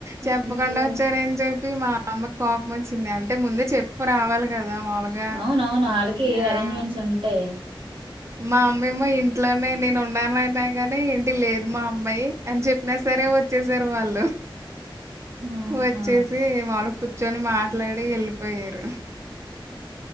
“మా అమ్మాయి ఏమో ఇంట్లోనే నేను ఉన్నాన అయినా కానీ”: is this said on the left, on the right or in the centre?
Right